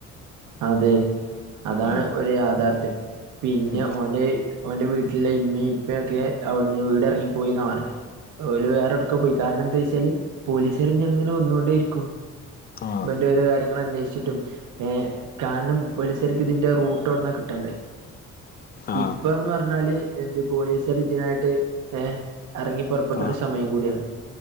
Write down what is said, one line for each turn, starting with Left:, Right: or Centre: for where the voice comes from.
Right: അതേ അതാണ്
Left: ഉം
Right: ഒരു യാഥാർഥ്യം പിന്നെ
Left: ഉം
Right: ഓൻ്റെ ഓൻ്റെ വീട്ടിലെ ഇമ്മയും ഇപ്പൊയൊക്കെ അവിടുന്ന് വീട് എറങ്ങി പോയിന്നാ പറഞ്ഞേ ഓല് വേറെ എവിടെക്കോ പോയി കാരണം എന്താ വെച്ചാല് പോലീസുകാര് ഇനി അങ്ങനെ വന്നൊണ്ടേയിരിക്കും
Left: ആഹ്
Right: മറ്റോരെ കാര്യങ്ങൾ അന്വേഷിച്ചിട്ടും ഏ. കാനം പോലിസ്കാർക്ക് ഇതിന്റെ റൂട്ട് എവിടന്നാ കിട്ടണ്ടേ
Left: ആഹ്
Right: ഇപ്പന്ന് പറഞ്ഞാല് എന്ത് പോലീസാര് ഇതിനായിട്ട് ഏ എറങ്ങി പൊർപ്പെട്ടൊരു
Left: ആഹ്
Right: സമയം കൂടിയാണ്.